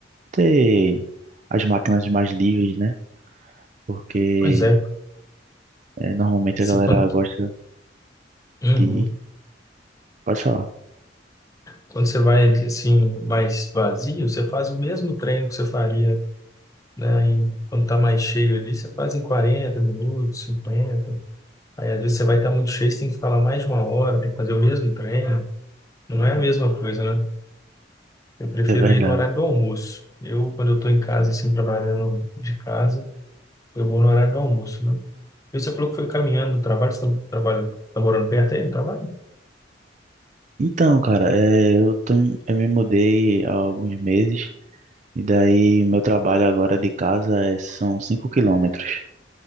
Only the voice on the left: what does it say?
Pois é,
você,
quando,
uhum.
Quando você vai assim mais vazio, você faz o mesmo treino que você faria, né? E quando tá mais cheio ali, você faz em 40 minutos, cinquenta Aí às vezes você vai estar muito cheio, você tem que ficar lá mais de uma hora para fazer o mesmo treino. Não é a mesma coisa, né? Eu prefiro
ir no horário do almoço. Eu, quando eu tô em casa, assim, trabalhando de casa, eu vou no horário do almoço, né? E você falou que foi caminhando do trabalho, você tá, trabalha, tá morando perto aí do trabalho?